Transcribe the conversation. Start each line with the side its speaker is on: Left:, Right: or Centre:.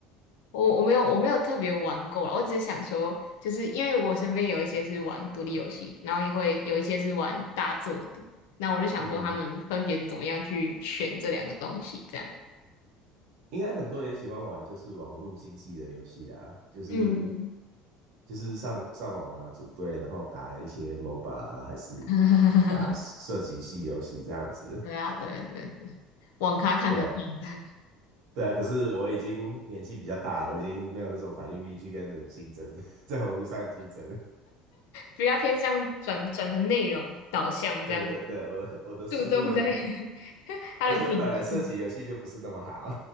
Left: 我我没有我没有特别玩过啦，我只是想说，就是因为我身边有一些是玩独立游戏的，然后也会有一些是玩大作的，那我就想说他们分别是怎么样去选这两个东西，
Right: 嗯嗯，嗯
Left: 这样。
Right: 应该很多人喜欢玩就是网络竞技的游戏啊，就是
Left: 嗯，
Right: 就是上上网啊，组队，然后打一些 MOBA 啊还是
Left: <laughs>
Right: 打射击系游戏这样子。
Left: 对啊，对对对，网咖看得懂，
Right: 对啊，
Left: <laughs>
Right: 对啊，可是我已经年纪比较大了，我已经没有这种反应力去跟人竞争，<laughs> 在网络上竞争了。
Left: 比较偏向转转成内容导向这样，
Right: 对对对，我我的速度没有，
Left: 注重在 <laughs> 它的品质。
Right: 而且我本来射击游戏就不是那么好，